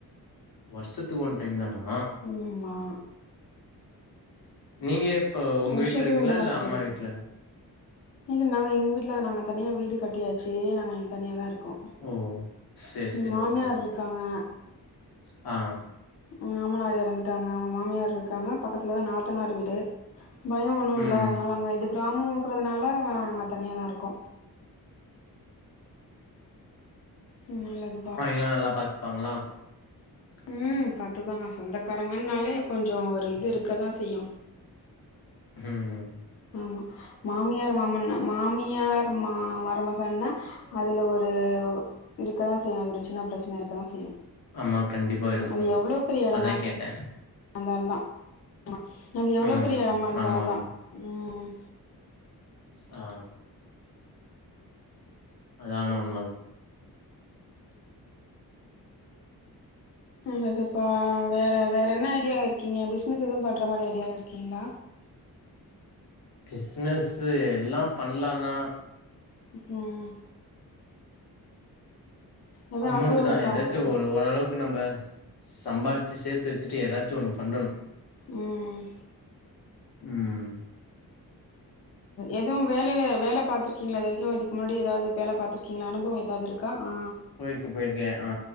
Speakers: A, on the left; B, on the left.
A: வர்ஷத்துக்கு ஒன் டைம் தானா
B: ம்மா
A: நீங்க எப்ப உங்க
B: வருஷத்துக்கு
A: வீட்ல இருக்கீங்களா
B: ரெண்டு மாச
A: இல்ல அம்மா
B: லீவு
A: வீட்ல
B: இல்ல நாங்க எங்க வீட்ல நாங்க தனியா வீடு கட்டியாச்சு நாங்க இங்க தனியா தா இருக்கோ
A: ஓ! சரி,
B: ம்
A: சரி.
B: மாமியார்
A: ஓகே, ஓகே.
B: இருக்காங்க
A: ஆ
B: அ மாமனார் எறந்துட்டாங்க அவ்ங்க மாமியார் இருக்காங்க பக்கத்துலதா நாத்தனார் வீடு பயோ ஒன்னு
A: ம்.
B: இல்ல அதனால அங்க இது கிராமோங்கிறதுனால அங்க தனிய தா இருக்கோ ம் நல்லது
A: அவிங்கெலா நல்லா பாத்ப்பாங்களா
B: ம் பாத்துக்குவாங்க சொந்தக்காரங்கன்னாலே கொஞ்ச ஒரு இது இருக்கதா செய்யு
A: ம்
B: ஆமா மாமியார் மாமன்னா மாமியார் ருமா மருமகன்னா அதுல ஒரு இருக்கதா செய்யு அது ஒரு சின்ன பிரச்சன இருக்கதா செய்யு
A: ஆமா. கண்டிப்பா இருக்கும்.
B: அது எவ்ளோ பெரிய எடமா
A: அதான் கேட்டேன்.
B: இருந்தால்ந்தா ஆமா அது எவ்ளோ
A: ம்.
B: பெரிய எடமா இருந்தால்ந்தா
A: ஆமாமா.
B: ம்
A: ஆ அதான உண்ம
B: நல்லதுப்பா வேற வேற என்ன ஐடியால இருக்கீங்க பிஸ்னஸ் எது பண்ற மாரி ஐடியால இருக்கீங்ளா
A: பிஸ்னஸ்ஸு எல்லா பண்லாந்தா
B: ம் ம் எதும்
A: அமௌண்ட்டுதா
B: அனுபவம் இருக்கா
A: எதாச்சு
B: உங்களுக்கு
A: ஒரு ஓரளவுக்கு நம்ப சம்பாரிச்சு சேத்து வச்சுட்டு ஏதாச்சு ஒண்ணு பண்ணணு
B: ம்
A: ம்
B: எது வேலைல வேல பாத்ருக்கீங்களா இது வரைக்கு இதுக்கு முன்னாடி ஏதாது வேல பாத்துருக்கீங்களா அனுபவோ ஏதாது இருக் க்கா ஆ
A: கோயிலுக்கு போய்ருக்கே ஆ